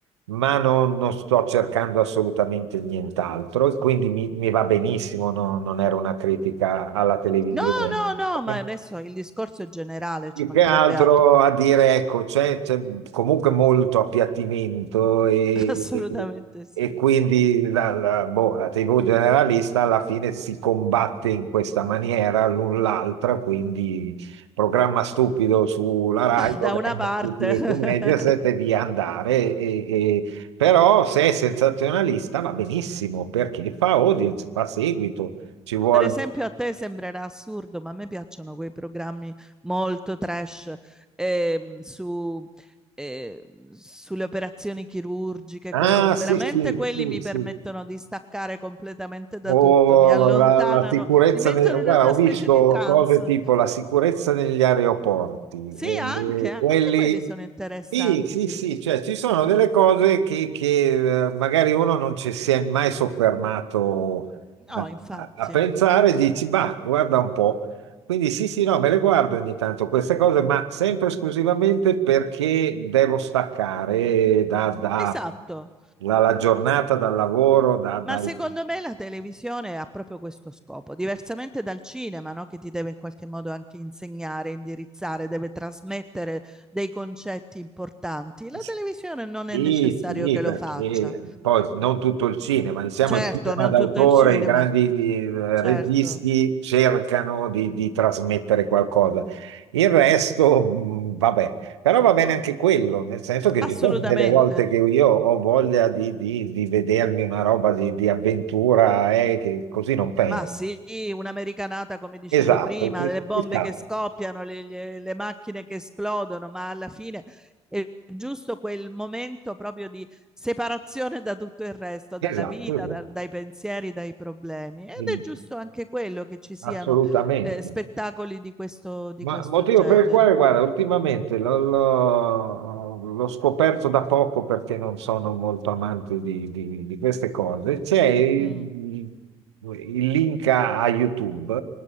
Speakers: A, on the right (about 75°); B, in the centre.
A: ma non, non sto cercando assolutamente nient'altro e quindi mi, mi va benissimo, no- non era una critica alla televisione.
B: No, no, no, ma
A: Eh,
B: adesso il discorso è generale,
A: più
B: ci mancherebbe
A: che altro
B: altro.
A: a dire, ecco, c'è c'è comunque molto appiattimento e,
B: Assolutamente
A: e-
B: sì.
A: e quindi la, la- boh, la TV generalista alla fine si combatte in questa maniera l'un l'altra, quindi programma stupido sulla Rai, programma
B: Da una parte,
A: stupido
B: <laughs>
A: su Mediaset e via andare. E, e- però se è sensazionalista va benissimo perché fa audience, fa seguito, ci vuole...
B: per esempio, a te sembrerà assurdo, ma a me piacciono quei programmi molto trash ehm, su, eh, sulle operazioni chirurgiche,
A: Ah,
B: quelle cose.
A: sì,
B: Veramente
A: sì,
B: quelli
A: sì,
B: mi
A: sì.
B: permettono di staccare completamente da
A: O
B: tutto, mi allontanano,
A: la, la sicurezza,
B: mi mettono
A: ne- guarda,
B: in una
A: ho visto
B: specie di trance.
A: cose tipo la sicurezza negli aeroporti,
B: Sì,
A: eh,
B: anche,
A: eh,
B: anche
A: quelli...
B: quelli sono interessanti.
A: Sì, sì, sì, cioè ci sono delle cose che, che, eh, magari uno non ci si è mai soffermato
B: No,
A: a,
B: infatti.
A: a- a pensare, e dici, bah, guarda un po'. Quindi sì, sì, no, me le guardo ogni tanto queste cose, ma sempre esclusivamente perché devo staccare da, da-
B: Esatto.
A: dalla giornata, dal lavoro, da- dai
B: Ma secondo me la televisione ha proprio questo scopo, diversamente dal cinema, no? Che ti deve in qualche modo anche insegnare, indirizzare, deve trasmettere dei concetti importanti. La
A: Sì,
B: televisione non
A: sì,
B: è necessario che
A: perché
B: lo faccia.
A: poi non tutto il cinema, diciamo
B: Certo,
A: il cinema
B: non
A: d'autore,
B: tutto il cinema,
A: i grandi eh,
B: certo,
A: registi cercano di, di trasmettere qualcosa. Il resto, mh, vabbè, però va bene anche quello, nel senso che
B: assolutamente.
A: ci sono delle volte che io ho voglia di, di- di vedermi una roba di, di avventura, eh, che così non penso.
B: Ma sì, un'americanata, come dicevo
A: Esatto,
B: prima,
A: qui-
B: le bombe
A: ci sta,
B: che scoppiano, le, le- le macchine che esplodono, ma alla fine è giusto quel momento proprio di separazione da tutto il resto,
A: esatto,
B: dalla vita,
A: esatto.
B: dal- dai pensieri, dai problemi. Ed
A: Mm,
B: è giusto anche quello che ci siano
A: assolutamente.
B: eh, spettacoli di questo, di
A: Ma
B: questo
A: motivo
B: genere.
A: per il quale, guarda, ultimamente l'ho l'ho- l'ho scoperto da poco perché non sono molto amante di, di- di queste cose. C'è il,
B: Mm,
A: il link a, a YouTube